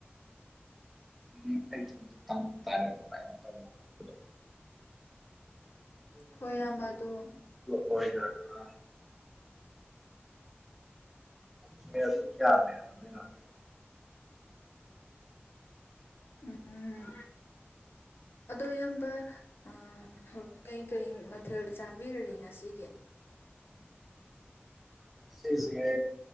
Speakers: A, in the centre; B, on the left (about 60°).
A: ꯎꯝ ꯑꯩ ꯇꯝ ꯇꯥꯔꯦ <unintelligible> ꯈꯣꯠꯄꯗꯣ
B: ꯍꯣꯏ ꯏꯌꯥꯝꯕ ꯑꯗꯨ
A: ꯑꯣꯏꯔ ꯑꯗꯨꯒ ꯁꯦꯟꯗꯨ ꯌꯥꯝꯃꯦꯕ ꯑꯗꯨꯅ
B: ꯎꯝ ꯑꯗꯣ ꯏꯌꯥꯝꯕ ꯑꯥ ꯀꯩꯀꯩ ꯃꯊꯦꯜꯗꯤ ꯆꯥꯕꯤꯔꯒꯦ ꯉꯁꯤꯒꯤ
A: ꯉꯁꯤꯁꯦ